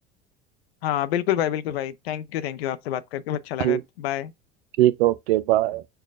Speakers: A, on the left; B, on the right.
A: हाँ बिल्कुल भाई बिल्कुल भाई थैंक यू थैंक यू आपसे बात करके अच्छा लगा
B: ठीक
A: बाय
B: ठीक ओके बाय